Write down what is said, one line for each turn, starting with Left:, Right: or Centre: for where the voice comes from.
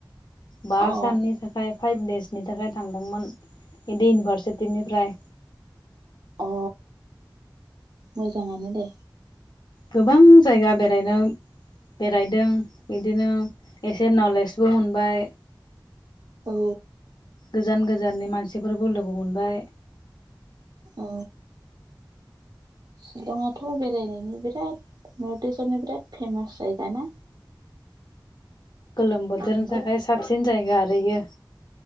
Left: बा
Right: अ
Left: साननि थाखा फाइभ देसनि थाखाय थांदोंमोन बिदि इउनिभारसिटिनिफ्राय
Right: अ मोजाङानो दे
Left: गोबां जायगा बेरायनो बेरायदों बिदिनो एसे नलेजबो मोनबाय
Right: औ
Left: गोजान गोजाननि मानसिफोरबो लोगो मोनबाय
Right: औ शिलंआथ' बेरायनायनि बिराद नटिसनि बिराद फेमास जायगा ना
Left: गोलोम बोथोरनि
Right: आंबो
Left: थाखाय साबसिन जायगा आरो इयो